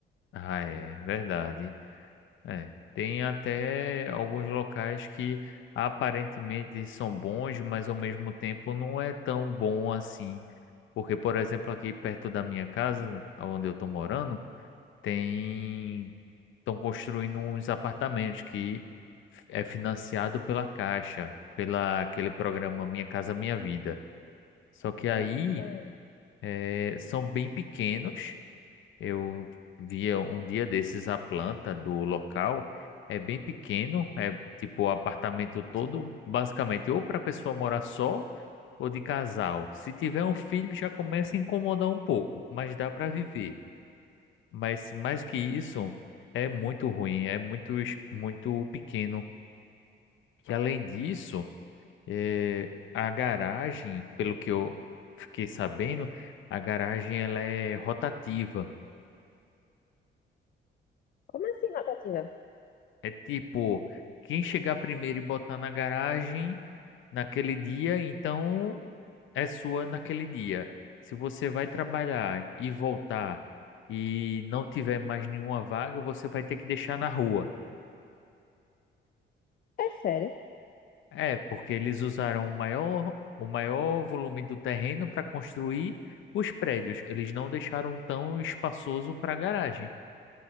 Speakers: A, on the left; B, on the left.
A: Ah, é verdade. É. Tem até alguns locais que aparentemente são bons, mas ao mesmo tempo não é tão bom assim. Porque, por exemplo, aqui perto da minha casa, onde eu tô morando, tem... estão construindo uns apartamentos que é financiado pela Caixa, pela aquele programa Minha Casa Minha Vida. Só que aí
B: Sim.
A: eh, são bem pequenos Eu via um dia desses a planta do local, é bem pequeno, é tipo o apartamento todo, basicamente, ou para a pessoa morar só ou de casal. Se tiver um filho, já começa a incomodar um pouco, mas dá para viver. Mas mais que isso, é muito ruim, é muito, es- muito pequeno. Que além disso, eh, a garagem, pelo que eu fiquei sabendo, a garagem ela é rotativa.
B: Como assim, rotativa?
A: É tipo, quem chegar primeiro e botar na garagem naquele dia, então é sua naquele dia. Se você vai trabalhar e voltar e não tiver mais nenhuma vaga, você vai ter que deixar na rua.
B: É sério?
A: É, porque eles usaram o maior, o maior volume do terreno para construir os prédios. Eles não deixaram tão espaçoso para garagem.